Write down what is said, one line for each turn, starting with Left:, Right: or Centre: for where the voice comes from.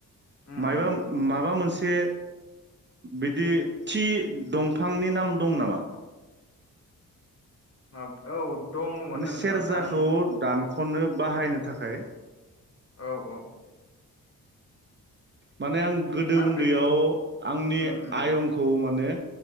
Left: उम
Right: माइबा
Left: उम
Right: मा माबा मोनसे बिदि थि दंफांनि नाम दं नामा।
Left: मां <inaudible> औ दङमोन
Right: माने
Left: नोंथां
Right: सेरजाखौ
Left: आं
Right: दानख'नो। बाहायनो थाखाय
Left: औ औ।
Right: माने आं गोदो
Left: आं
Right: उन्दैयाव
Left: बेखौ
Right: आंनि
Left: उम उम
Right: आयंखौ माने